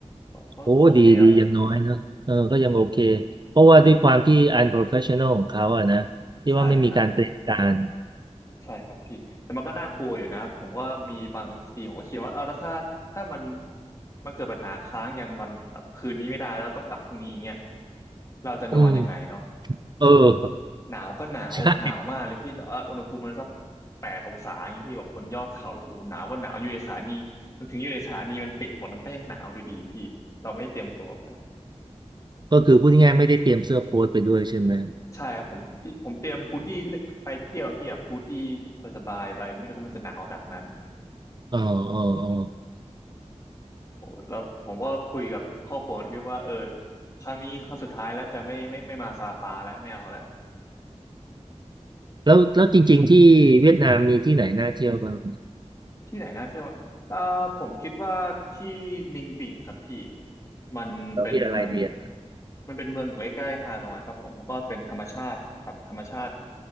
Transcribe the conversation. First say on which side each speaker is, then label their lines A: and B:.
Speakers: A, on the left; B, on the right.
A: ก็ก็ก็โอเคครับผม
B: โอ้ดีดีอย่างน้อยนะเออก็ยังโอเคเพราะว่าด้วยความที่ unprofessional ของเขาอะนะที่ว่าไม่มีการเตรียมการ
A: ใช่ครับ ใช่ครับพี่แต่มันก็น่ากลัวอยู่นะผมก็มีบางทีผมก็คิดว่าเอาแล้วถ้าถ้ามันมันเกิดปัญหาค้างยันวันแบบคืนนี้ไม่ได้แล้วต้องกลับพรุ่งนี้อย่างเงี้ยเราจะนอนยังไงเนาะ
B: อืมเออ <laughs>
A: หนาวก็หนาวโอ้โหหนาวมากเลยพี่แต่ว่าอุณหภูมิมันสัก
B: ใช่
A: แปดองศาอย่างงี้พี่แบบบนยอดเขาแล้วโอ้โหหนาวก็หนาวอยู่ในสถานีมันถึงอยู่ในสถานีมันปิดหมดมันก็ยังหนาวอยู่ดีพี่เราไม่ได้เตรียมตัวไป
B: ก็คือพูดง่ายๆไม่ได้เตรียมเสื้อโค้ทไปด้วยใช่ไหม
A: ใช่ครับผมผมเตรียมฮูดดี้เล็กไปนิดเดียวพี่แบบฮูดดี้สบายๆไปไม่รู้ว่ามันจะหนาวขนาดนั้น
B: อ๋ออ๋ออ๋อ
A: โอ้แล้วผมก็คุยกับครอบครัวที่ว่าเออครั้งนี้ครั้งสุดท้ายแล้วจะไม่ไม่ไม่มาซาปาแล้วไม่เอาแล้ว
B: แล้วแล้วจริงๆที่เวียดนามมีที่ไหนน่าเที่ยวบ้าง
A: ที่ไหนน่าเที่ยวเอ่อผมคิดว่าที่นิงบิ่งครับพี่มันเป็นเมือง
B: เรามีอะไรดีอะ
A: มันเป็นเมืองอยู่ใกล้ๆฮานอยครับผมก็เป็นธรรมชาติแบบธรรมชาติ